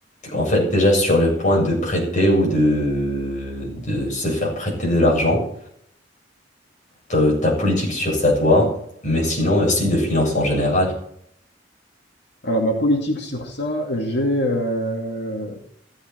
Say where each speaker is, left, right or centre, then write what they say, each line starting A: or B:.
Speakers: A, on the left; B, on the left.
A: En fait, déjà sur le point de prêter ou de, de se faire prêter de l'argent, ta ta politique sur ça, toi, mais sinon aussi de finances en général.
B: Alors, ma politique sur ça, j'ai euh,